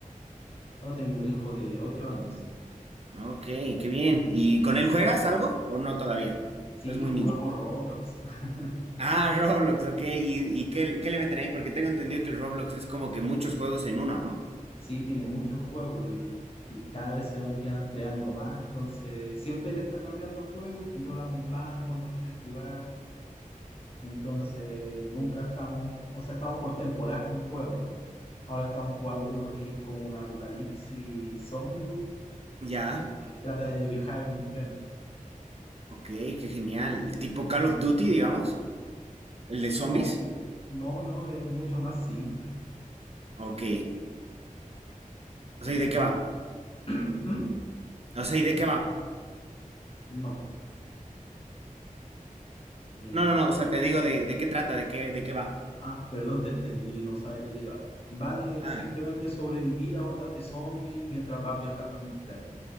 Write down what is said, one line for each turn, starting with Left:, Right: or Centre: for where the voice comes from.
Left: Yo tengo un hijo de 8 años.
Right: Ok, qué bien. ¿Y
Left: y
Right: con
Left: él-
Right: él juegas algo o no todavía?
Left: Sí,
Right: ¿O Es muy
Left: jugamos
Right: niño.
Left: Roblox. <laughs>
Right: Ah, <laughs> Roblox, ok. ¿Y, y qué, qué le meten ahí? Porque tengo entendido que el Roblox es como que muchos juegos en uno, ¿no?
Left: Sí, tiene muchos juegos y, y cada vez se van quedan- creando más. Entonces, siempre él está cambiando el juego y yo lo acompaño cuando quiere jugar. Entonces, nunca estamos, o sea, estamos por temporada con juegos. Ahora estamos jugando uno que es como un apocalipsis zombie.
Right: Ya,
Left: eh, trata de viajar en un tren.
Right: ok, qué genial. Tipo Call of Duty, digamos. El de zombies.
Left: No, no, no, es mucho más simple.
Right: Ok. O sea, ¿y de
Left: ¿Y
Right: qué
Left: tú?
Right: va?
Left: <clears throat> ¿Mm?
Right: O sea, ¿y de qué va?
Left: No. Eh,
Right: No, no, no, o sea, te digo de, de qué trata, de qué, de qué va.
Left: ah, perdón, te entendí, no sabes de qué va. Va de
Right: Ah,
Left: simplemente sobrevivir a hordas de zombies mientras vas viajando en un tren.